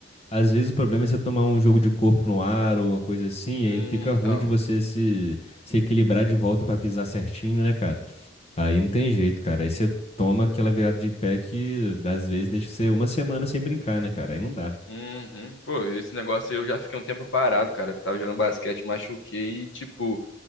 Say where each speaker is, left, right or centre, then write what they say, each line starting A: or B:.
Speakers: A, on the left; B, on the left.
A: Às vezes o problema é você tomar um jogo de corpo no ar ou uma coisa assim,
B: Hum,
A: e aí fica
B: então.
A: ruim de você se, se equilibrar de volta pra pisar certinho, né, cara? Aí não tem jeito, cara. Aí você toma aquela virada de pé que às vezes deixa você uma semana sem brincar, né, cara? Aí não dá.
B: Uhum. Pô, esse negócio aí eu já fiquei um tempo parado, cara, porque tava jogando basquete, machuquei e, tipo,